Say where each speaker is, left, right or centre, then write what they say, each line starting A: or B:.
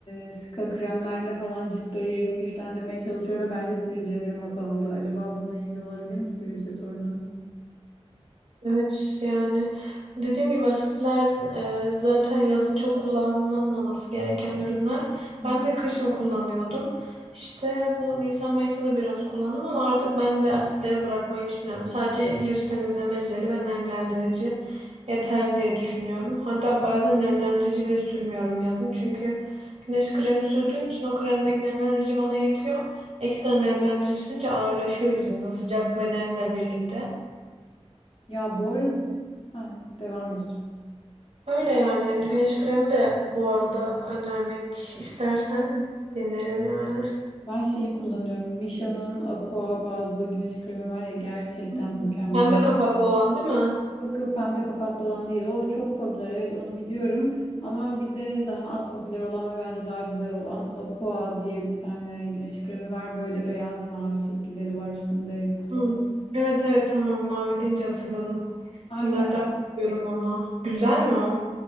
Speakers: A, on the left; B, on the right.
A: e, sika kremlerle falan cilt bariyerimi güçlendirmeye çalışıyorum ve bence sivilcelerim azaldı. Acaba bununla ilgili olabilir mi sivilce sorunun?
B: Evet yani dediğim gibi asitler e, zaten yazın çok kullanılmaması gereken ürünler.
A: Hı
B: Ben
A: hı.
B: de kışın kullanıyordum. İşte bu Nisan Mayıs'ta da biraz kullandım ama artık ben de asitleri bırakmayı düşünüyorum. Sadece yüz temizleme jeli ve nemlendirici yeterli diye düşünüyorum. Hatta bazen nemlendirici bile sürmüyorum yazın. Çünkü güneş kremi sürdüğüm için o kremdeki nemlendirici bana yetiyor. Ekstra nemlendirici sürünce ağırlaşıyor yüzümde sıcak ve nemle birlikte.
A: Ya bu arada ha, devam et. lütfen.
B: Öyle yani. Güneş kremi de bu arada önermek istersen dinlerim yani.
A: Ben şeyi kullanıyorum. Misha'nın Aqua bazlı güneş kremi var ya gerçekten
B: Hı hı.
A: mükemmel.
B: Pembe kapaklı olan değil mi?
A: Yok yok pembe kapaklı olan değil. O çok popüler evet onu biliyorum. Ama bir de daha az popüler olan ve bence daha güzel olan Aqua diye bir tane güneş kremi var. Böyle beyaz mavi çizgileri var üstünde kutunun.
B: Hmm. Evet evet tamam mavi deyince hatırladım.
A: Aynen
B: Şimdi hatta bakıyorum ona. Güzel mi o?